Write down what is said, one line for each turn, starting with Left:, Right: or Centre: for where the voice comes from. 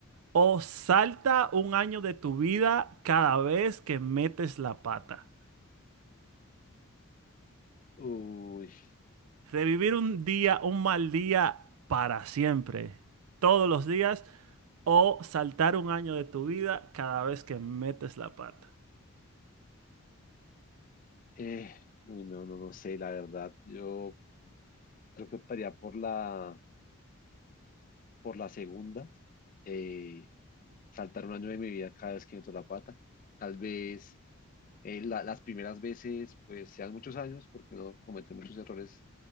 Right: O salta un año de tu vida cada vez que metes la pata.
Left: Uy,
Right: Revivir un día, un mal día para siempre, todos los días. O saltar un año de tu vida cada vez que metes la pata.
Left: eh, uy, no, no, no sé, la verdad. Yo creo que optaría por la, por la segunda. Eh, saltar un año de mi vida cada vez que meto la pata. Tal vez eh, la- las primeras veces pues sean muchos años porque uno comete muchos errores